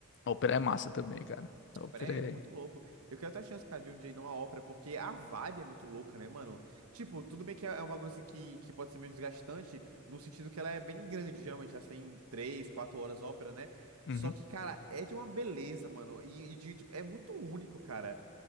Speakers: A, on the left (about 55°); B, on the right (about 75°).
A: A ópera é massa também, cara. A
B: Ópera
A: ópera
B: é muito
A: é.
B: louco. Eu quero até a chance, cara, de um dia ir numa ópera, porque a vibe é muito louca, né, mano? Tipo, tudo bem que é é um bagulho assim que, que pode ser meio desgastante, no sentido que ela é bem grande, geralmente. Elas têm três, quatro horas ópera, né?
A: Uhum.
B: Só que, cara, é de uma beleza, mano. E, e de, tipo, é muito único, cara.